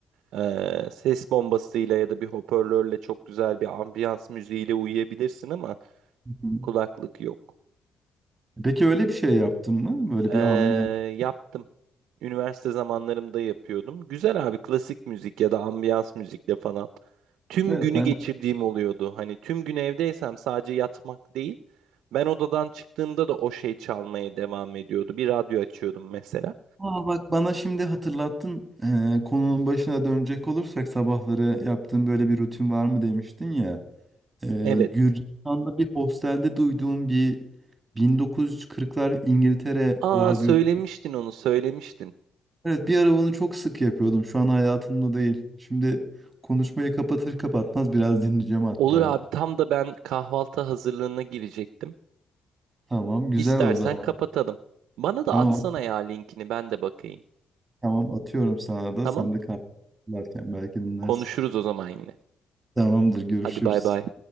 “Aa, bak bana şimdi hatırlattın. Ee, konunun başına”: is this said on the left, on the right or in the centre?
Right